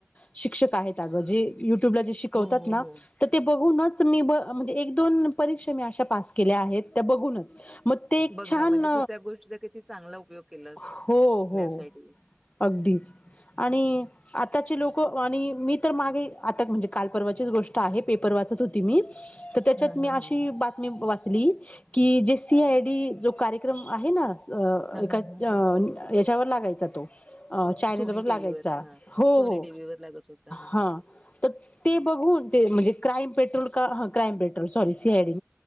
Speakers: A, on the left (about 30°); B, in the centre.
A: शिक्षक आहेत अगं जे युट्युबला जे शिकवतात
B: हो हो
A: ना
B: हो
A: तर ते बघूनच मी म्हणजे एक दोन परीक्षा मी अशा पास केल्या आहेत त्या बघूनच मग ते एक
B: बघ ना
A: छान
B: म्हणजे तू त्या गोष्टीचा किती चांगला उपयोग केलास
A: हो
B: शिकण्यासाठी
A: हो अगदीच आणि आताची लोक आणि मी तर मागे आता म्हणजे काल परर्वाचीच गोष्ट <unintelligible> पेपर वाचत होती मी तर त्याच्यात
B: हा
A: मी
B: हा
A: अशी
B: हा
A: बातमी वाच ली की जे सी आयडी जो कार्यक्रम आहे ना ज अ
B: हा
A: एका
B: हा हा
A: ज अ याच्यावर लागायचा तो अ चायनलवर
B: सोनी टीव्हीवर
A: लागायचा
B: हा
A: हो
B: सोनी
A: हो
B: टीव्हीवर लागत होता
A: हा त ते बघून ते म्हणजे क्राईम पेट्रोल का ह क्राईम पेट्रोल सॉरी सीआयडी